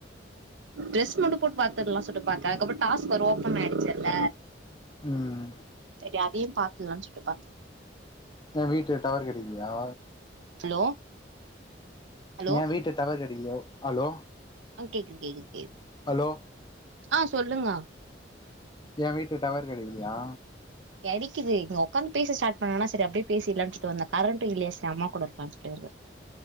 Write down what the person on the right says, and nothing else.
ட்ரெஸ் மட்டு போட்டு பாத்துர்லா சொல்ட்டு பாத்தே அதுகப்புறோ டாஸ்க் பாரு ஓப்பன் ஆய்டுச்சுல்ல
செரி அதையு பாத்துல்லான்னு சொல்ட்டு பாத்தே
ஹலோ ஹலோ.
ஆ கேக்குது கேக்குது கே
ஆ சொல்லுங்க
கெடக்கிது இங்க ஒக்காந்து பேச ஸ்டார்ட் பண்ணனா சரி அப்டியே பேசிட்லான்னு சொல்டு வந்த கரண்ட் இல்லயா சரி அம்மா கூட இருக்லான்னு சொல்ட்டு வந்தே